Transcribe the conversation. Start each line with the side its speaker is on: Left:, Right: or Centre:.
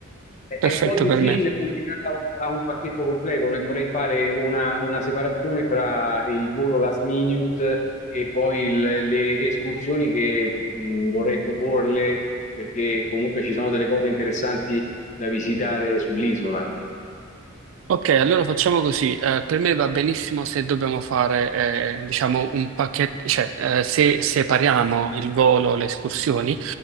Left: È
Right: perfetto
Left: è un po' difficile
Right: per me.
Left: collegarla a un, a un pacchetto completo, le dovrei fare una, una separazione fra il volo last minute e poi il- le escursioni che mh, dovrei proporle, perché comunque ci sono delle cose interessanti da visitare sull'isola.
Right: Ok, allora facciamo così. Eh, per me va benissimo se dobbiamo fare, eh, diciamo, un pacchetto, cioè, eh, se separiamo il volo, le escursioni,